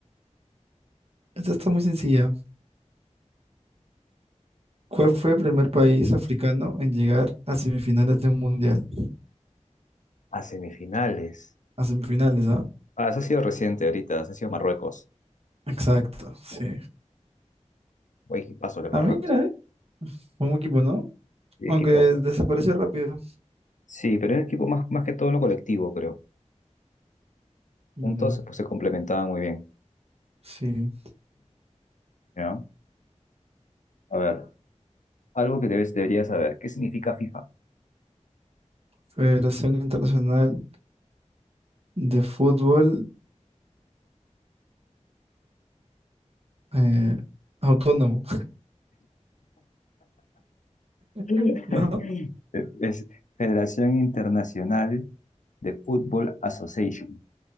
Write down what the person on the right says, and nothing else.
esta está muy sencilla. ¿Cuál fue el primer país africano en llegar a semifinales de un mundial?
A semifinales, ¿ah?
Exacto, sí.
Ah, mira, ¿eh? un equipo, ¿no?
Aunque
desapareció rápido.
No,
sí.
Federación Internacional de Fútbol eh, Autónomo,
<laughs> ¿no?